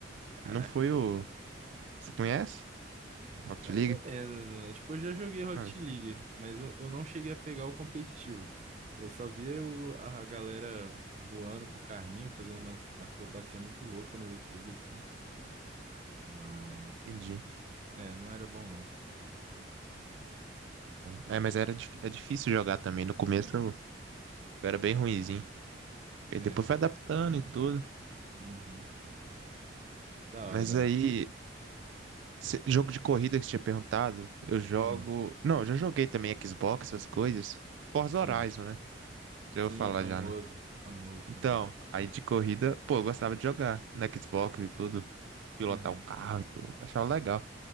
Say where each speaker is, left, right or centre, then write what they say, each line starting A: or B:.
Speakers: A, on the right; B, on the right.
A: Caraca,
B: Não foi o. Você conhece? Rocket
A: mais
B: League?
A: ou menos, mano. Tipo, eu já joguei Rocket
B: Ah,
A: League, mas eu, eu não cheguei a pegar o competitivo. Eu só via o- a galera voando com o carrinho, fazendo umas acrobacia muito louca no YouTube, assim. Mas.
B: entendi.
A: É, não era bom, não.
B: É, mas era, dif- é difícil jogar também. No começo eu eu era bem ruinzinho. E
A: É.
B: depois foi adaptando e tudo.
A: Uhum. Da
B: Mas
A: hora, da
B: aí
A: hora.
B: se- jogo de corrida que você tinha perguntado, eu jogo.
A: Ah,
B: Não, eu já joguei também Xbox, essas coisas. Forza
A: sim.
B: Horizon, né? Já
A: Sim,
B: vou falar
A: famoso.
B: já, né?
A: Famoso,
B: Então,
A: famoso.
B: aí de corrida, pô, eu gostava de jogar na Xbox e tudo, pilotar
A: Uhum.
B: o carro e tudo, achava legal.